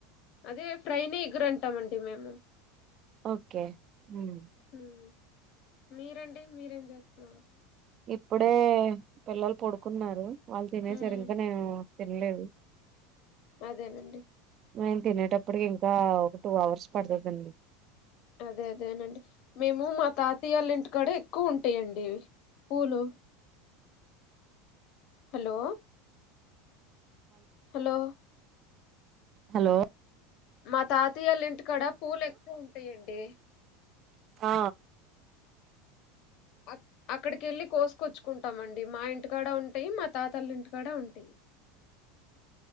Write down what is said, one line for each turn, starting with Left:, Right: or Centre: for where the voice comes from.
Left: అదే ఫ్రైని ఇగురంటామండి మేము
Right: ఓకే హ్మ్
Left: ఉమ్, మీరండి మీరేం చేస్తున్నారు
Right: ఇప్పుడే పిల్లలు పడుకున్నారు వాళ్ళు తినేసారు
Left: ఉమ్,
Right: ఇంక నేను తినలేదు
Left: అదేనండి
Right: మేం తినేటప్పటికి ఇంకా ఒక టూ అవర్స్ పడుతున్దండి
Left: అదే అదేనండి మేము మా తాతయాల ఇంటికాడ ఎక్కువ ఉంటాయండి పూలు హలో హలో
Right: హలో
Left: మా తాతయ్యాల ఇంటికాడ పూలు ఎక్కువ ఉంటాయండి
Right: ఆ
Left: ఆ అక్కడికేళ్ళి కోసుకొచ్చుకుంటాం అండి మా ఇంటికాడ ఉంటాయి మా తాతల్ ఇంటికాడ ఉంటాయి